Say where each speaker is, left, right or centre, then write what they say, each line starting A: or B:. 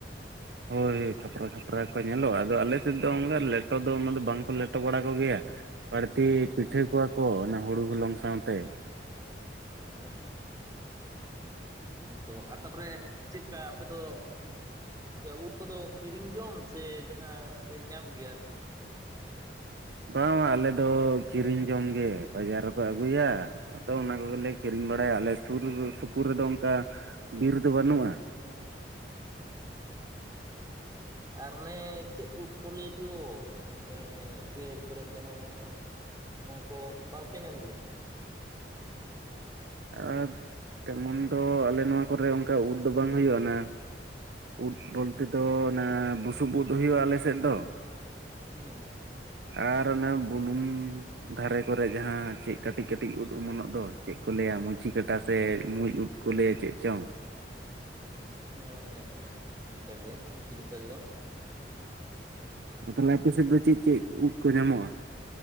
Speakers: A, on the right; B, on the right.
A: ᱦᱳᱭ ᱦᱳᱭ ᱠᱟᱷᱯᱨᱟ ᱠᱷᱟᱯᱨᱟ ᱜᱮ ᱠᱚ ᱧᱮᱞᱚᱜᱼᱟ ᱟᱫᱚ ᱟᱞᱮ ᱥᱮᱫ ᱫᱚ ᱚᱝᱠᱟ ᱞᱮᱴᱚ ᱫᱚ ᱩᱱᱟᱹ ᱫᱚ ᱵᱟᱝᱠᱚ ᱞᱮᱴᱚ ᱵᱟᱲᱟ ᱠᱚ ᱜᱮᱭᱟ᱾ ᱵᱟᱹᱲᱛᱤ ᱯᱤᱴᱷᱟᱹ
B: ᱦᱮᱸ
A: ᱠᱚᱣᱟ ᱠᱚ ᱚᱱᱟ ᱦᱳᱲᱳ ᱦᱚᱞᱚᱝ ᱥᱟᱶᱛᱮ
B: <unintelligible> ᱦᱚᱸ ᱛᱚ ᱟᱨ ᱛᱟᱨᱯᱚᱨᱮ ᱪᱤᱞᱠᱟ ᱟᱯᱮ ᱫᱚ ᱪᱤᱠᱟ. ᱩᱫ ᱠᱚ ᱫᱚ ᱠᱤᱨᱤᱧ ᱡᱚᱢ ᱥᱮ ᱡᱟᱦᱟᱸ ᱯᱮ ᱧᱟᱢ ᱜᱮᱭᱟ ᱟᱨᱠᱤ?
A: ᱵᱟᱝ ᱵᱟᱝ ᱟᱞᱮ ᱫᱚ ᱠᱤᱨᱤᱧ ᱡᱚᱢ ᱜᱮ ᱵᱟᱡᱟᱨ ᱨᱮᱠᱚ ᱟᱹᱜᱩᱭᱟ ᱟᱫᱚ ᱚᱱᱟ ᱠᱚ ᱜᱮᱞᱮ ᱠᱤᱨᱤᱧ ᱵᱟᱲᱟᱭᱟ ᱟᱞᱮ ᱥᱩᱨ ᱥᱩᱯᱩᱨ ᱨᱮ ᱫᱚ ᱚᱝᱠᱟ ᱵᱤᱨ ᱫᱚ ᱵᱟᱹᱱᱩᱜᱼᱟ ᱾ <unintelligible>
B: ᱦᱮᱸ ᱟᱨ ᱚᱱᱮ ᱪᱮᱫ ᱩᱫ ᱠᱚ ᱞᱟᱹᱭ ᱫᱚ ᱜᱚᱢᱠᱮ ᱚᱱᱮ ᱥᱤᱭᱟᱹᱲ ᱠᱚᱨᱮᱜ ᱡᱟᱱᱟᱢᱚᱜᱼᱟ? ᱚᱱᱟ ᱠᱚ ᱵᱟᱯᱮ ᱧᱟᱢ ᱜᱮᱭᱟ?
A: ᱟᱨ ᱛᱮᱢᱚᱱ ᱫᱚ ᱟᱞᱮ ᱱᱚᱣᱟ ᱠᱚ ᱨᱮ ᱚᱝᱠᱟ ᱩᱫ ᱫᱚ ᱵᱟᱝ ᱦᱩᱭᱩᱜ-ᱟ ᱚᱱᱮ ᱩᱫ ᱵᱚᱞᱛᱮ ᱫᱚ ᱚᱱᱟ ᱵᱩᱥᱩᱵ ᱩᱫ ᱦᱩᱭᱩᱜᱼᱟ ᱟᱞᱮ ᱥᱮᱫ ᱫᱚ,
B: ᱦᱩᱸ,
A: ᱟᱨ ᱚᱱᱮ ᱵᱩᱞᱩᱝᱢ, ᱫᱷᱟᱨᱮ ᱠᱚᱨᱮ ᱡᱟᱦᱟᱸ ᱪᱮᱫ ᱠᱟᱹᱴᱤᱡ ᱠᱟᱹᱴᱤᱡ ᱩᱫ ᱚᱢᱚᱱᱚᱜ ᱫᱚ ᱪᱮᱫ? ᱠᱚ ᱞᱟᱹᱭᱟ ᱢᱩᱪᱤ ᱠᱟᱴᱟ ᱥᱮ ᱢᱩᱸᱡ ᱩᱫ ᱠᱚ ᱞᱟᱹᱭᱟ ᱪᱮᱫ ᱪᱚᱝ?
B: ᱦᱮᱸ ᱦᱮᱸ ᱦᱮᱸ, ᱚᱝᱠᱟ ᱜᱮ ᱢᱩᱪᱤᱠᱟᱴᱟ ᱜᱮ ᱾
A: ᱟᱨ ᱛᱟᱦᱚᱞᱮ ᱟᱯᱮ ᱥᱮᱫ ᱫᱚ ᱪᱮᱫ ᱪᱮᱫ ᱩᱫ ᱠᱚ ᱧᱟᱢᱚᱜᱼᱟ?